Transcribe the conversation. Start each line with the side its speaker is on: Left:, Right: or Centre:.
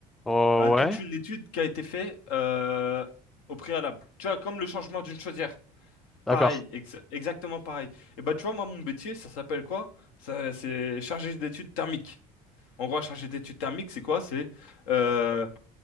Centre: Oh
Left: Euh, toute
Centre: ouais?
Left: une étude qui a été faite euh, au préalable. Tu vois, comme le changement d'une chaudière.
Centre: D'accord.
Left: Pareil, exa- exactement pareil. Et bah tu vois, moi mon métier, ça s'appelle quoi? Ça, c'est chargé d'études thermiques. En gros, chargé d'études thermiques, c'est quoi? C'est euh,